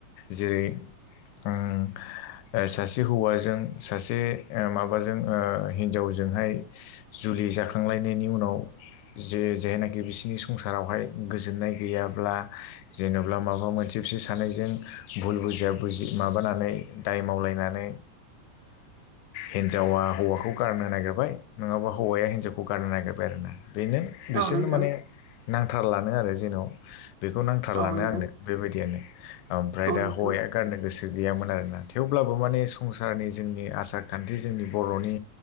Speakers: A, on the left (about 80°); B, on the right (about 60°).
A: जेरै आ सासे हौवाजों सासे माबाजों हिन्जावजोंहाय जुलि जाखांलायनायनि उनाव जे जेनाखि बिसिोरनि संसारावहाय गोजोननाय गैयाब्ला जेनेबा माबा मोनसे बिसो सानैजों भुल बुजिया बजि माबानानै दाय मावलायनानै हिन्जावा हौवाखौ गारनो नागिरबाय नङाबा हौवाया हिन्जावखौ गारनो नागिरबाय आरो ना बेनो बिसोरनो
B: औ नोंथां
A: माने नांथारलानो आरो जेन' बेखौ नांथारलानो
B: औ नोंथां
A: आंनो बेबायदियानो ओमफ्राय
B: औ
A: दा
B: नोंथां
A: हौवाया गारनो गोसो गैयामोन आरोना थेवब्लाबो माने संसारनि जोंनि आसार खान्थि जोंनि बर'नि